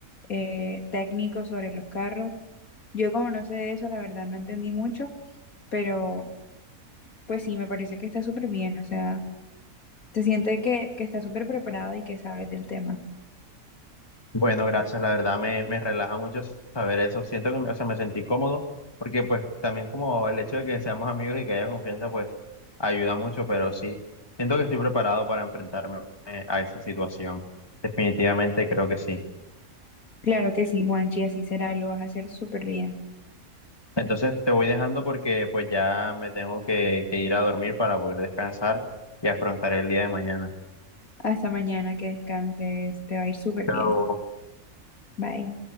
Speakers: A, on the left; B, on the left.
A: eh, técnico sobre los carros. Yo como no sé de eso, la verdad no entendí mucho, pero pues sí, me parece que está súper bien. O sea, se siente que, que estás súper preparado y que sabes del tema.
B: Bueno, gracias, la verdad me, me relaja mucho saber eso. Siento que me, o sea, me sentí cómodo porque pues también como el hecho de que seamos amigos y que haya confianza pues ayuda mucho, pero sí, siento que estoy preparado para enfrentarme eh, a esa situación. Definitivamente creo que sí.
A: Claro que sí, Juanchi, así será, lo vas a hacer súper bien.
B: Entonces te voy dejando porque pues ya me tengo que, que ir a dormir para poder descansar y afrontar el día de mañana.
A: Hasta mañana, que descanses, te va a ir súper
B: Chao.
A: bien. Bye.